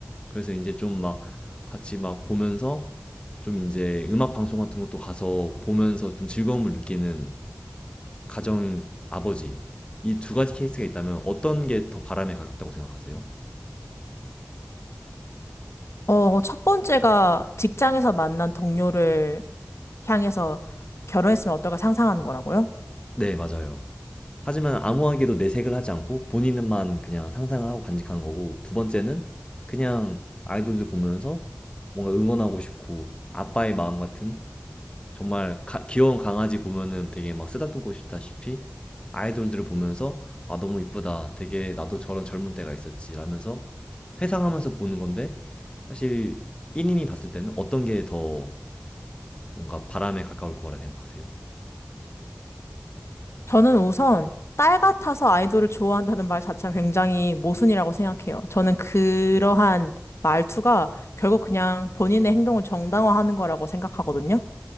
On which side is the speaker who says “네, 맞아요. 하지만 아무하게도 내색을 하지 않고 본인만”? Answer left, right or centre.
Left